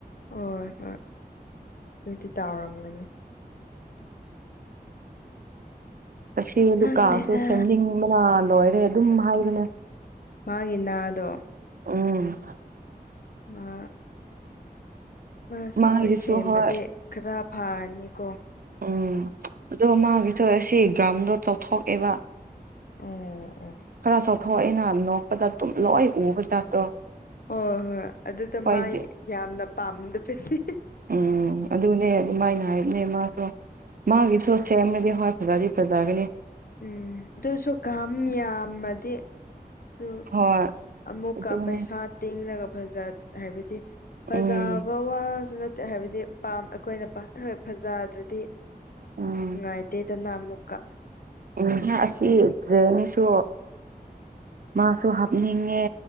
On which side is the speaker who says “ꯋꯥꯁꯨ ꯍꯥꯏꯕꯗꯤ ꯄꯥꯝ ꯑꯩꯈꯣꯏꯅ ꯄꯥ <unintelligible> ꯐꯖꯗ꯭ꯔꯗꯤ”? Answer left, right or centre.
Left